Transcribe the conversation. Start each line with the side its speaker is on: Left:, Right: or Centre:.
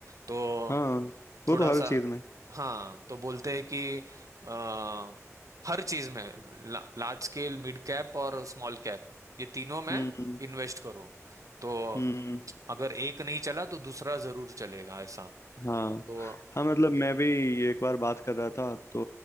Right: तो
Left: हाँ वो
Right: थोड़ा
Left: तो हर
Right: सा
Left: चीज में
Right: हाँ तो बोलते हैं कि आ, हर चीज में लार्ज स्केल मिड कैप और स्मॉल कैप ये तीनों में
Left: हम्म
Right: इन्वेस्ट करो तो
Left: हम्म
Right: अगर एक नहीं चला तो दूसरा जरूर चलेगा ऐसा
Left: हाँ
Right: तो
Left: हाँ मतलब मैं भी एक बार बात कर रहा था तो